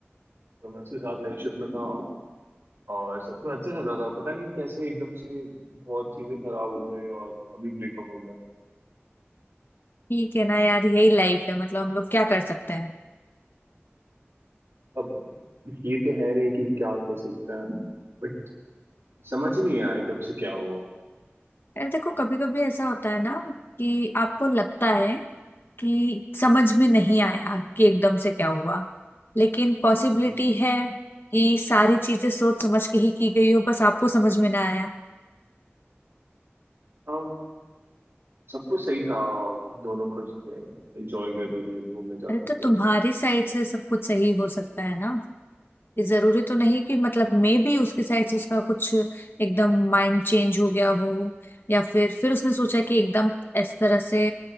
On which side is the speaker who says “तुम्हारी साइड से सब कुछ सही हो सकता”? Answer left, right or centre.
Left